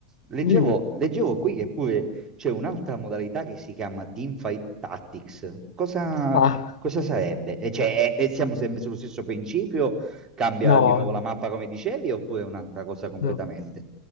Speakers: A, on the right; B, on the left.
A: leggevo,
B: Dimmi.
A: leggevo qui che pure c'è un'altra modalità che si chiama Teamfight Tactics. Cosa,
B: Ah,
A: cosa sarebbe? E cioè, e- e siamo sempre sullo stesso principio? Cambia
B: no,
A: di nuovo
B: no.
A: la mappa come dicevi, oppure è un'altra cosa completamente?
B: no.